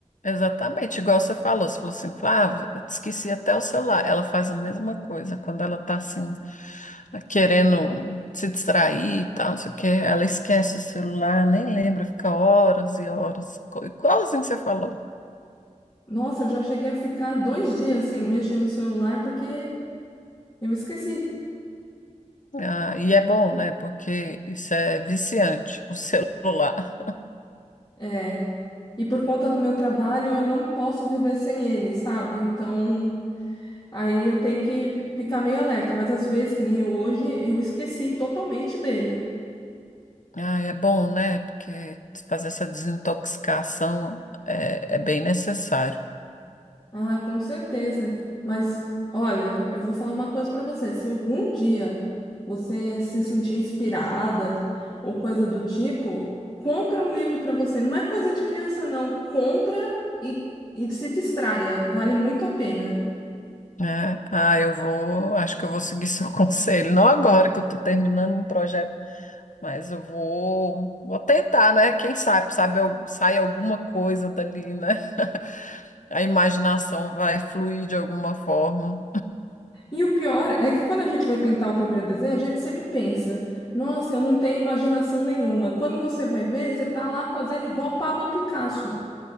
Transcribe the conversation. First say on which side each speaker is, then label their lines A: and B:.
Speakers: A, on the left; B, on the left.
A: Exatamente, igual você falou, você falou assim, Flávia, eu esqueci até o celular. Ela faz a mesma coisa quando ela tá assim, querendo se distrair e tal, não sei o quê, ela esquece o celular, nem lembra, fica horas e horas, co- igualzinho que você falou.
B: Nossa, eu já cheguei a ficar dois dias sem mexer no celular porque eu esqueci.
A: Ah, e é bom, né? Porque isso é viciante, o celular.
B: É. E por conta do meu trabalho, eu não posso viver sem ele, sabe? Então. Aí eu tenho que ficar meio alerta, mas às vezes, que nem hoje, eu esqueci totalmente dele.
A: Ah, é bom, né? Porque fazer essa desintoxicação é é bem necessário.
B: Ah, com certeza. Mas olha, eu vou falar uma coisa para você. Se algum dia você se sentir inspirada ou coisa do tipo, compra um livro para você. Não é coisa de criança, não. Compra e, e se distraia. Vale muito a pena.
A: É, ah, eu vou, acho que eu vou seguir seu <laughs> conselho. Não agora que eu estou terminando um projeto, mas eu vou, vou tentar, né? Quem sabe, sabe, al- sai alguma coisa dali, né? A imaginação vai fluir de alguma forma.
B: E o pior é que quando a gente vai pintar o primeiro desenho, a gente sempre pensa, nossa, eu não tenho imaginação nenhuma. Quando você vai ver, você tá lá fazendo igual Pablo Picasso.